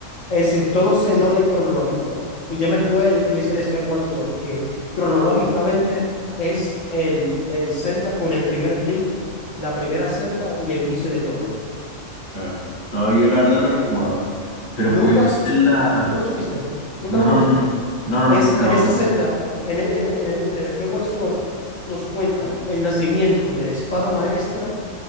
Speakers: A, on the left; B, on the left.
A: Es decir, todos en orden cronológico. Y yo me jugué el que es el Skyward Sword, que cronológicamente es el, el Zelda con el primer Link, la primera Zelda y el inicio de todo.
B: Claro. No, yo la verdad no lo he jugado. Pero
A: Nunca,
B: jugué un Zelda...
A: su- no lo supiste, nunca
B: No,
A: lo jugaste.
B: no, no, no, no,
A: Es
B: no, pero...
A: en ese Zelda, en el, en el, en el en el Skyward Sword, nos cuentan el nacimiento de la espada maestra